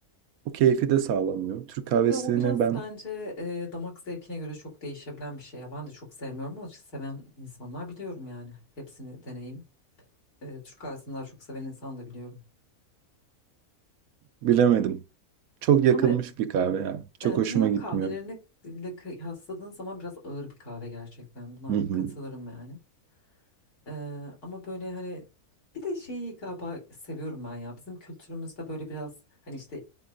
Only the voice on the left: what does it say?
Ya o biraz
bence e, damak zevkine göre çok değişebilen bir şey ya. Ben de çok sevmiyorum ama seven insanlar biliyorum yani. Hepsini deneyim. e, Türk kahvesini daha çok seven insan da biliyorum.
Ama
e,
dünya
kahvelerine ile kıyasladığın zaman biraz ağır bir kahve gerçekten. Buna
katılırım yani. E, ama böyle hani bir de şeyi galiba seviyorum ben ya. Bizim kültürümüzde böyle biraz hani işte